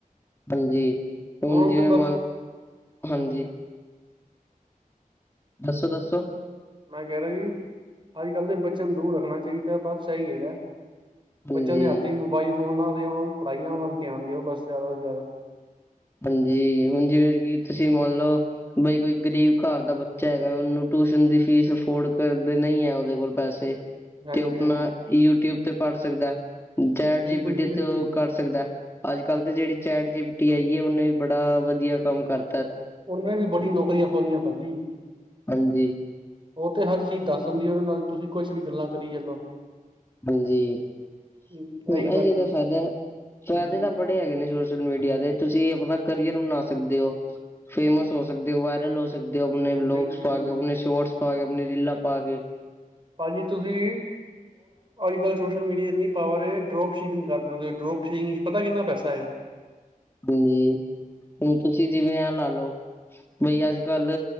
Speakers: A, on the left; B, on the right.
A: ਹਾਂਜੀ ਹੁਣ
B: ਉਹਨਾਂ ਨੂੰ
A: ਜਿਵੇਂ
B: ਤੇ ਬਸ
A: ਮਨ ਲੋ ਹਾਂਜੀ। ਦੱਸੋ- ਦੱਸੋ।
B: ਮੈਂ ਕਹ ਰਿਹਾ ਜੀ ਅੱਜ ਕੱਲ ਦੇ ਬੱਚਿਆਂ ਨੂੰ ਦੂਰ ਰੱਖਣਾ ਚਾਹੀਦਾ ਬਸ ਸਹੀ ਹੈਗਾ।
A: ਹਾਂਜੀ,
B: ਬੱਚਿਆਂ ਦੇ ਹੱਥ ਇ ਮੋਬਾਈਲ ਫੋਨਾਂ ਨਾ ਹੋਵੇ ਉਹਨਾਂ ਨੂੰ ਪੜਾਈਆਂ ਵੱਲ ਧਿਆਨ ਦਿਓ ਬਸ ਜ਼ਿਆਦਾ ਤੋਂ ਜ਼ਿਆਦਾ।
A: ਹਾਂਜੀ ਹੁਣ ਜਿਵੇਂ ਕਿ ਤੁਸੀ ਮੰਨ ਲੌ। ਬਈ ਕੋਈ ਗ਼ਰੀਬ ਘਰ ਦਾ ਬੱਚਾ ਹੈਗਾ ਉਹਨੂੰ ਟੂਸ਼ਨ ਦੀ ਫੀਸ ਅਫੋਰਡ ਕਰਦੇ ਨਹੀਂ ਹੈ ਉਦੇ ਕੋਲ ਪੈਸੇ
B: ਹਾਂਜੀ
A: ਤੇ ਉਹ ਆਪਣਾ
B: ਹਾਂਜੀ
A: ਯੂਟਊਬ ਤੇ ਪੜ ਸਕਦਾ ਚਾਟ
B: ਬਿਲਕੁਲ
A: ਜੀ ਪੀ ਟੀ
B: ਬਿਲਕੁਲ
A: ਤੇ ਉਹ ਕਰ ਸਕਦਾ ਅੱਜ ਕੱਲ ਤੇ ਜੇਹੜੀ ਚੈਟ ਜੀ ਪ ਟਿ ਆਈ ਯੇ ਉਹਨੇ ਵੀ ਬੜਾ ਵਧੀਆ ਕੰਮ ਕਰ
B: ਓਨੇ ਵੀ ਬੜੀ ਨੌਕਰੀਆਂ ਖੋਲੀਆਂ ਪਾਜੀ।
A: ਹਾਂਜੀ
B: ਉਹ ਤੇ ਹਰ ਚੀਜ਼ ਦੱਸ ਦਿੰਦੀ ਉਹਦੇ ਨਾਲ ਤੁਸੀ ਕੁਛ ਵੀ ਗੱਲਾਂ ਕਰੀ ਚਲੋ।
A: ਹਾਂਜੀ ਇਹੀਉ
B: ਇਹੀ ਗੱਲ ਹੈਗੀ
A: ਤਾਂ ਫਾਇਦਾ ਫੈਦੇ
B: ਹਮ
A: ਦਾ। ਬੜੇ ਹੈਗੇ ਨੇ ਸੋਸ਼ਲ ਮੀਡੀਆ ਦੇ ਤੁਸੀਂ ਆਪਣਾ ਕਰੀਅਰ ਬਣਾ ਸਕਦੇ ਹੋ। ਫੇਮਸ ਹੋ ਸਕਦੇ ਵਾਇਰਲ ਹੋ ਸਕਦੇ ਹੋ, ਆਪਣੇ ਵਲੋਗਸ
B: ਬਿਲਕੁਲ
A: ਪਾ,
B: ਜੀ
A: ਕੇ
B: ਬਿਲਕੁਲ
A: ਆਪਣੇ ਸ਼ੋਰਟਸ ਪਾ, ਕੇ ਆਪਣੇ ਰੀਲਾਂ ਪਾ ਕੇ।
B: ਭਾਜੀ ਤੁਸੀਂ। ਅੱਜ ਕੱਲ ਸੋਸ਼ਲ ਮੀਡੀਆ ਇੰਨੀ ਪਾਵਰ ਹੈ, ਡਰੋਪ ਸ਼ੀਪਿੰਗ ਕਰ ਸਕਦੇ ਹੋ ਡਰੋਪ ਸੀਪਿੰਗ ਚ ਪਤਾ ਕਿੰਨਾ ਪੈਸਾ ਹੈ। <inaudible>
A: ਹਾਂਜੀ ਹੁਣ ਤੁਸੀਂ ਜਿਵੇਂ ਆ ਲਾ ਲੋ। ਬਈ ਅੱਜ ਕੱਲ